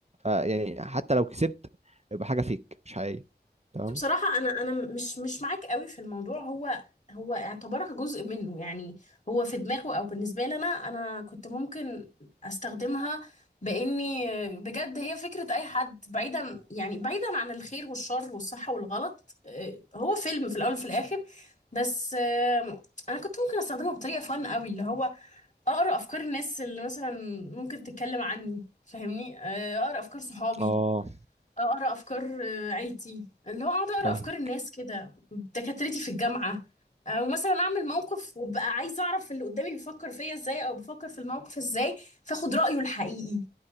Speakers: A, on the right; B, on the left.
A: آه، يعني حتى لو كسبت يبقى حاجه فيك مش حقيقيه تمام
B: بصراحة أنا أنا مش مش معاك قوي في الموضوع هو هو اعتبرها جزء منه يعني هو في دماغه أو بالنسبة لي أنا أنا كنت ممكن أستخدمها بإني بجد هي فكرة أي حد بعيدا يعني بعيدا عن الخير والشر والصح والغلط آه، هو فيلم في الأول وفي الآخر بس آه، أنا كنت ممكن أستخدمه بطريقة فن قوي اللي هو أقرأ أفكار الناس اللي مثلا ممكن تتكلم عني فاهمني آه، أقرأ أفكار صحابي
A: اه
B: اقرا افكار آه، عيلتي اللي هو اقعد اقرا
A: فاهم
B: افكار الناس كده دكاترتي في الجامعه او مثلا اعمل موقف وابقى عايزه اعرف اللي قدامي بيفكر فيا ازاي او بيفكر في الموقف ازاي فاخد رايه الحقيقي